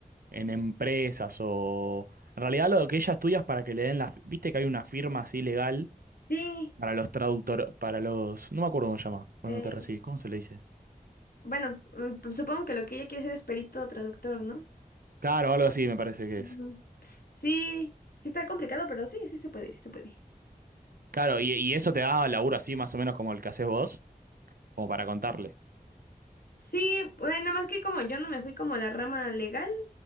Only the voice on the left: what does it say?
Sí,
eh,
bueno, mm, pues supongo que lo que ella quiere ser es perito traductor, ¿no?
Ujú.
Sí, sí está complicado, pero sí, sí se puede, sí se puede.
Sí, bueno, nada más que como yo no me fui como a la rama legal,